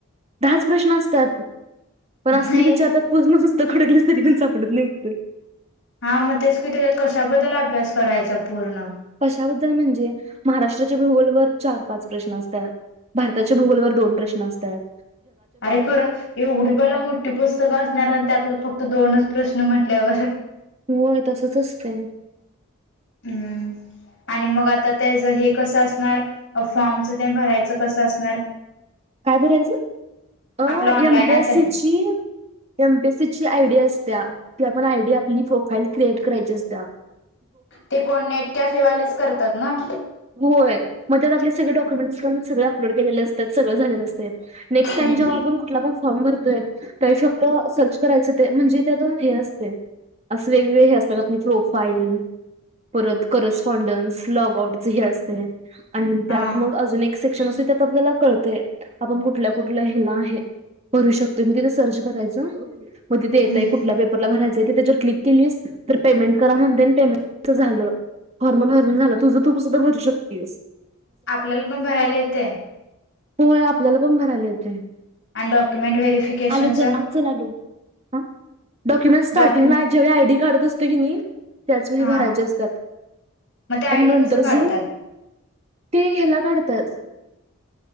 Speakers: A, on the right (about 30°); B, on the left (about 55°).
A: दहाच प्रश्न असत्यात पण
B: नाही
A: असली विचारतात पूसण पुस्त खडकलीस तरी पण सापडत नाय उत्तर.
B: हा म तेच की त्याच्यात कशाबद्दल अभ्यास करायचा पूर्ण?
A: कशाबद्दल म्हणजे महाराष्ट्राच्या भूगोल वर चार पाच प्रश्न असत्यात. भारताच्या भूगोलवर दोन प्रश्न असत्यात.
B: अरे खरं एवढी बल मोठी पुस्तकं असणार आणि त्यातलं फक्त दोनच प्रश्न म्हटल्यावर
A: व्हय तसच असतंय.
B: हम्म, आणि मग आता त्याच हे कसं असणार अ फॉर्मच ते भरायचं कसं असणार?
A: काय भरायचं? अ
B: आपलं ऑनलाईन
A: एम पी
B: आता
A: एस सी ची एम पी एस सी ची आयडी असत्या ती आपण आयडी आपली प्रोफाईल क्रिएट करायची असतिया.
B: ते कोण नेट कॅफेवालेच करतात ना?
A: होय म त्यात आपले सगळे डॉक्युमेंट् सगळे अपलोड केलेले असत्यात सगळं झालेलं असतंय. नेक्स्ट
B: हम्म.
A: टाईम जेव्हा आपण कुठला पण फॉर्म भरतोय, <unintelligible> सर्च करायचं ते, म्हणजे त्यात हे असते. असं वेगवेगळे हे असतात आपली प्रोफाईल परत करस्पॉन्डन्स, लॉग आउटचही असतंय आणि
B: हा
A: त्यात मग अजून एक सेक्शन असते. त्यात मग आपल्याला कळतं ते. आपण कुठल्या, कुठल्या ह्याला हे भरू शकतो. मग तिथे सर्च करायचं. मग तिथं
B: हम्म
A: येतयं,
B: हम्म.
A: कुठल्या पेपरला भराय त्याच्या क्लिक केली तर पेमेंट करा म्हणते, पेमेंट झालं फॉर्म भरून झालं. तुझं तू सुद्धा भरू शकतेस.
B: आपल्याला पण भरायला येते.
A: होय आपल्याला पण भराले येतंय.
B: आणि डॉक्युमेंट
A: <inaudible>
B: व्हेरिफिकेशनच
A: आलो चल, आत चल आलो. हा डॉक्युमेंटस स्टार्टिंगला
B: डॉक्युमेंट
A: ज्यावेळी आयडी कार्ड असतो की नाही, त्याच वेळी
B: हा
A: भरायचे असतात.
B: मग ते आयडी
A: आणि
B: कसं
A: नंतर झूम
B: काढतात?
A: ते ह्याला काढतात